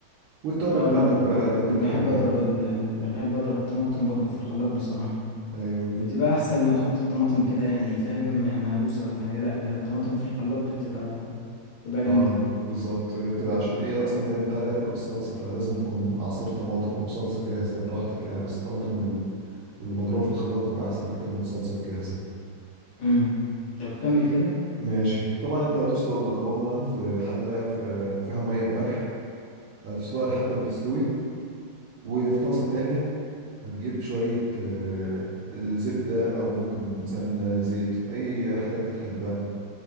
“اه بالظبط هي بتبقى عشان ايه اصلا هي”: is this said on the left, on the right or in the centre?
Right